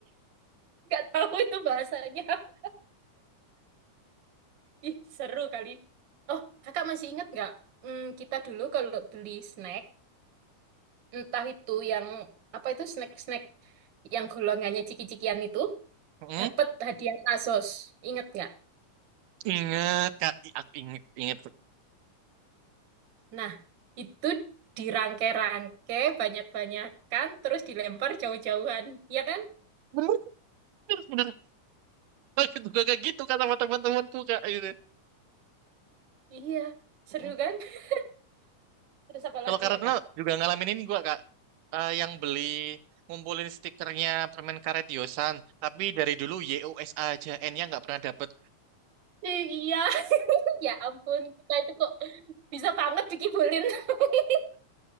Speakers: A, on the right; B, on the right.
A: Nggak tahu itu bahasanya. <laughs> Ih, seru kali. Oh, kakak masih ingat nggak? Hmm, kita dulu kalau beli snack, entah itu yang apa itu snack-snack yang golongannya ciki-cikian itu,
B: Hmm,
A: dapat hadiah Asos. Ingat nggak?
B: ingat Kak, I- aku inget inget.
A: Nah, itu dirangke-rangke, banyak-banyakan, terus dilempar jauh-jauhan. Iya kan?
B: Bener bener bener. Aku juga kayak gitu Kak sama teman-temanku Kak. Gitu.
A: Iya, seru
B: Mm.
A: kan? <laughs> Terus apa
B: Kalau
A: lagi
B: karena
A: ya, Kak?
B: juga ngalamin ini gua Kak. eh, yang beli ngumpulin stikernya permen karet Yosan, tapi dari dulu YOS aja, N-nya nggak pernah dapet.
A: Iya, <laughs> ya ampun, kita itu kok bisa banget dikibulin. <laughs>